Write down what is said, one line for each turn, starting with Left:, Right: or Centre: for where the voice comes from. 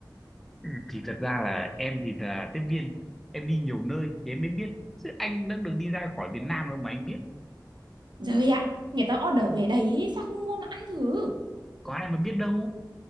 Centre: ừ, thì thật ra là em thì là tiếp viên em đi nhiều nơi thì em mới biết chứ anh đã được đi ra khỏi Việt Nam đâu mà anh biết
Right: rồi ạ người ta order về đấy sao không mua mà ăn thử
Centre: có ai mà biết đâu